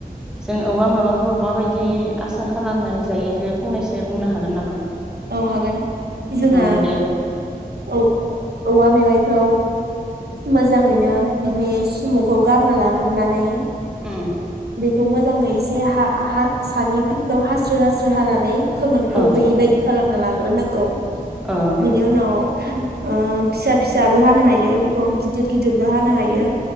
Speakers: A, in the centre; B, on the right.
A: जों औवा मेवाइखौ माबायदि आसार खालामनानै जायो बेखौ फंनैसो बुंनो हागोन नामा?
B: औ हागोन जोंहा
A: औ दे
B: औ औवा मेवाइ खौ मोजाङैनो बिनि सुमुखौ गारना ला ग्रोनानै
A: औ
B: बेखौ मोजाङै एसे हा हासानिखौ हास्रो हास्रो हानानै खोमोनखौ
A: औ
B: गैयि बायदि खालामना लाग्रोनांगौ
A: औ
B: बिनि उनाव ओ फिसा फिसाबो हानो हायो, बेखौ गिदिर गिदिरबो हानो हायो।